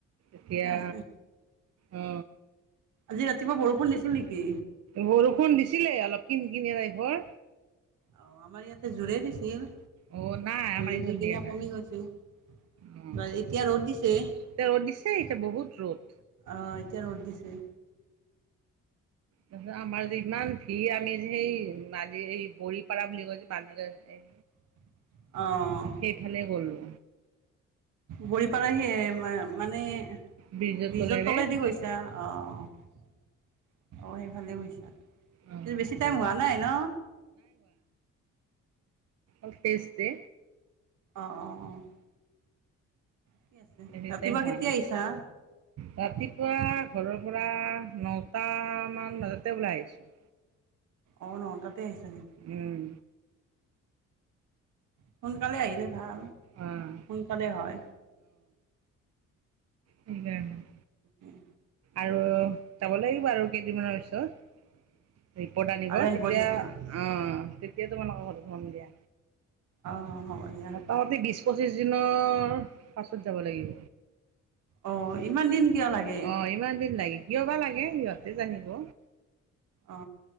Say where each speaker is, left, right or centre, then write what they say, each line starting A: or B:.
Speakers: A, on the right; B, on the right.
A: এতিয়া
B: ঠিকে আছে।
A: অ,
B: আজি ৰাতিপুৱা বৰষুণ দিছিল নিকী?
A: বৰষুণ দিছিলে অলপ কিনকিনিয়া তাইফৰ।
B: অ, আমাৰ ইয়াতে জোৰে দিছিল,
A: অ' নাই
B: জোৰে
A: আমাৰ এইফালে
B: দিকিনে
A: দিয়া নাই।
B: কমি গৈছিল। এতিয়া
A: অ'
B: ৰ'দ দিছে। অ'।
A: এতিয়া ৰ'দ দিছে এতিয়া বহুত ৰ'দ।
B: এতিয়া ৰ'দ দিছে।
A: তাৰছত আমাৰ যে ইমান ভিৰ আমি যে সেই <unintelligible> এই বৰি পাৰা বুলি যে কয়, পানী যায়যে।
B: <inaudible> অ',
A: সেইফালে গ'লো।
B: গৈ পালাহিয়ে ম মানে।
A: ব্ৰিজৰ
B: ব্ৰীজৰ
A: তলেৰে
B: তলেদি গৈছা? অ, অ, সেই ফালে শুইছা।
A: অ'
B: বেছি টাইম শুৱা নাই ন?
A: অতেচ দে।
B: অ', অ', অ', কি আছে?
A: হেৰি
B: ৰাতিপুৱা
A: টাইম হোৱা
B: কেতিয়া
A: নাই।
B: আহিছা?
A: ৰাতিপুৱা ঘৰৰ পৰা নটা মান বাজাতে ওলাই আহিছো।
B: অ', ন তাতে আহিছা নেকি?
A: উম,
B: সোনকালে আহিলে ভাল।
A: অ',
B: সোনকালে হয়।
A: কি কাৰণে?
B: উম।
A: আৰু যাব লাগিব আৰু কেইদিনমানৰ পিছত। ৰিপৰ্ট আনিব
B: আৰু আহিব
A: তেতিয়া,
B: দিছে
A: অঁ তেতিয়া তোমালোক ঘৰত সোমাম দিয়া।
B: অঁ হ'ব দিয়া
A: মোটামুটি বিশ পঁচিশ দিনৰ, পাছত যাব লাগিব।
B: অঁ ইমান দিন কিয় লাগে
A: অ ইমান দিন লাগি কিহবা লাগে সিহঁতে জানিব।
B: অ